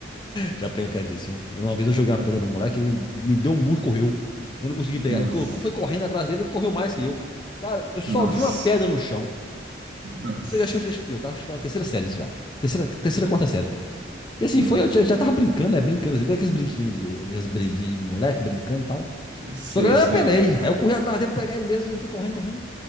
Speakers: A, on the left (about 25°); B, on the right (about 65°).
A: Já apanhei por causa disso. viu? Uma vez eu joguei uma
B: <laughs>
A: pedra no moleque, ele me deu um murro e correu. Eu não consegui
B: nossa.
A: pegar. Eu co- fui correndo atrás dele, ele correu mais que eu. Cara, eu só
B: nossa.
A: vi uma pedra no chão.
B: Nossa,
A: Isso eu acho que eu, acho que eu tava, acho que eu tava na terceira série isso já. Terceira, terceira, quarta série. E assim,
B: nossa,
A: foi, eu já, já tava brincando, né? Brincando, assim, aquelas brinquinhas, de, aquelas breguinhas de moleque, brincando e tal.
B: sei,
A: Só que eu
B: sei.
A: apelei. Aí eu corri atrás dele pra pegar ele mesmo, e ele foi correndo, correndo.